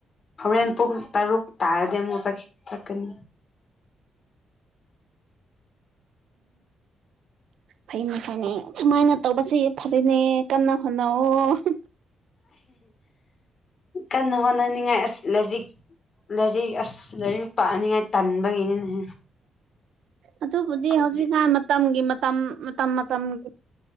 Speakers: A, on the left; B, on the right.
A: ꯍꯣꯔꯦꯟ ꯄꯨꯡ ꯇꯔꯨꯛ ꯇꯥꯔꯗꯤ ꯑꯃꯨꯛ ꯆꯠꯈꯤ ꯆꯛꯀꯅꯤ꯫
B: ꯐꯩꯅꯤ ꯐꯩꯅꯤ ꯁꯨꯃꯥꯏꯅ ꯇꯧꯕꯁꯤ ꯐꯔꯦꯅꯦ ꯀꯟꯅ ꯍꯣꯠꯅꯧꯑꯣ꯫
A: ꯀꯟꯅ ꯍꯣꯠꯅꯅꯤꯡꯉꯥꯏ ꯑꯁ ꯂꯥꯏꯔꯤꯛ ꯂꯥꯏꯔꯤꯛ ꯑꯁ ꯂꯥꯏꯔꯤꯛ ꯄꯥꯅꯤꯡꯉꯥꯏ ꯇꯟꯕꯒꯤꯅꯤꯅꯦꯍꯦ꯫
B: ꯑꯗꯨꯕꯨꯗꯤ
A: ꯑꯩꯈꯣꯏꯗꯤ
B: ꯍꯧꯖꯤꯛꯅꯥꯟ ꯃꯇꯝꯒꯤ ꯃꯇꯝ ꯃꯇꯝ ꯃꯇꯝꯒꯤ